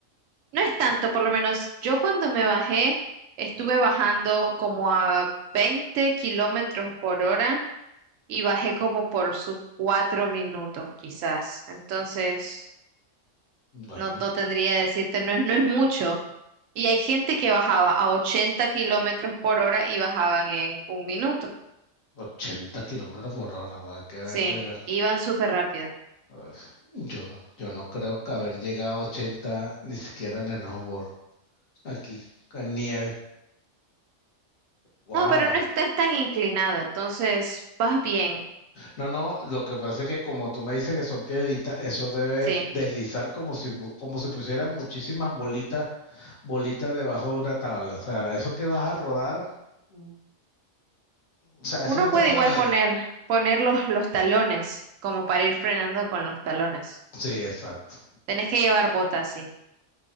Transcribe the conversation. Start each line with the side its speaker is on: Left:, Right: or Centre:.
Right: No es tanto, por lo menos yo cuando me bajé, estuve bajando como a 20 kilómetros por hora y bajé como por sus cuatro minutos quizás. Entonces...
Left: Bueno,
Right: No, no tendría que decirte, no es, no es mucho. Y hay gente que bajaba a 80 kilómetros por hora y bajaban en un minuto.
Left: ochenta kilómetros por hora, güey, hay que darle
Right: Sí,
Left: la-
Right: iban súper rápido.
Left: Uf, Yo, no- yo no creo que haber llegado a 80 ni siquiera en snowboard, aquí, en nieve. Wow.
Right: No, pero no estás tan inclinado, entonces vas bien.
Left: No, no, lo que pasa es que como tú me dices que son piedritas, eso debe
Right: Sí.
Left: deslizar como si, bu- como si pusieras muchísimas bolitas bolitas debajo de una tabla. O sea, eso que vas a rodar, o sea, eso
Right: Uno
Left: no
Right: puede
Left: te para
Right: igual
Left: nadie.
Right: poner, poner los, los talones, como para ir frenando con los talones.
Left: Sí, exacto.
Right: Tenés que llevar botas, sí.